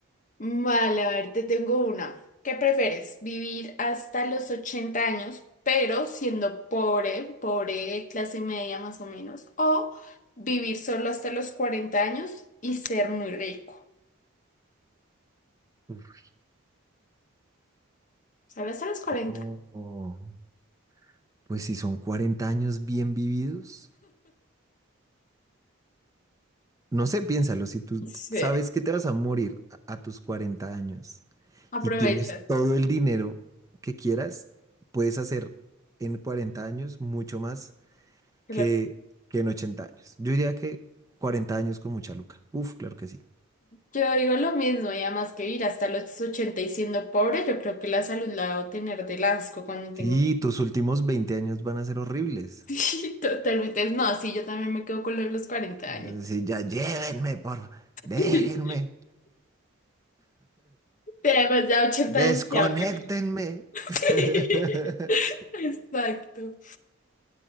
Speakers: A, on the left (about 35°); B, on the right (about 15°).
A: Vale, a ver, te tengo una. ¿Qué prefieres? ¿Vivir hasta los 80 años, pero siendo pobre, pobre, clase media más o menos? ¿O vivir solo hasta los 40 años y ser muy rico?
B: Uf,
A: Solo hasta los cuarenta
B: no, no. Pues si son 40 años bien vividos, no sé, piénsalo, si tú
A: Sí.
B: sabes que te vas a morir a, a tus 40 años.
A: Aprovecha.
B: y tienes todo el dinero que quieras, puedes hacer en 40 años mucho más
A: Claro.
B: que, que en 80 años. Yo diría que 40 años con mucha luca. Uf, claro que sí.
A: Yo digo lo mismo, y además que vivir hasta los 80 y siendo pobre, yo creo que la salud la debo tener del asco cuando
B: Sí,
A: tengo. <laughs>
B: tus últimos veinte años van a ser horribles.
A: Sí, totalmente. No, sí, yo también me quedo con lo de los 40 años.
B: Así, ya llévenme, por favor, déjenme,
A: <laughs> Te- Además, ya 80
B: desconéctenme.
A: demasiado para que- <laughs>
B: <laughs>
A: Exacto.